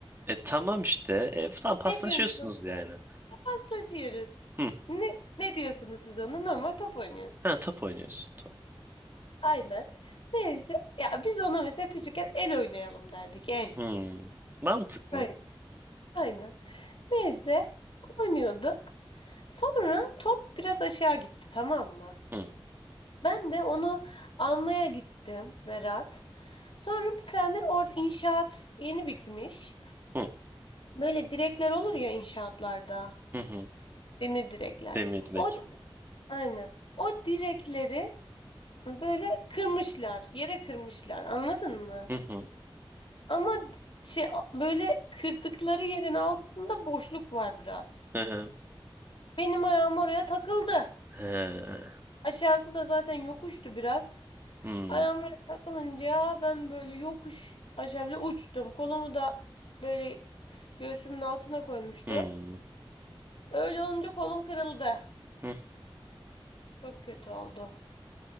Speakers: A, on the right; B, on the left.
A: E tamam işte. E, tamam paslaşıyorsunuz
B: Ne diyorsunuz ona?
A: yani.
B: Paslaşıyoruz.
A: Hı.
B: Ne, ne diyorsunuz siz ona? Normal top oynuyoruz.
A: Ha top oynuyorsun. Top.
B: Aynen. Neyse. Ya biz ona mesela küçükken el oynayalım derdik. El.
A: Hı. Mantıklı.
B: Aynen. Aynen. Neyse. Oynuyorduk. Sonra top biraz aşağı gitti tamam mı?
A: Hı.
B: Ben de onu almaya gittim Berat. Sonra bir tane orada inşaat yeni bitmiş.
A: Hı.
B: Böyle direkler olur ya inşaatlarda.
A: Hı hı.
B: Demir direkler.
A: Demir direkt.
B: O aynen. O direkleri böyle kırmışlar. Yere kırmışlar. Anladın mı?
A: Hı hı.
B: Ama di- şey böyle kırdıkları yerin altında boşluk var biraz.
A: Hı hı.
B: Benim ayağım oraya takıldı.
A: He.
B: Aşağısı da zaten yokuştu biraz.
A: Hı.
B: Ayağım takılınca ben böyle yokuş aşağı bile uçtum. Kolumu da böyle göğsümün altına koymuştu.
A: Hı.
B: Öyle olunca kolum kırıldı.
A: Hı.
B: Çok kötü oldu.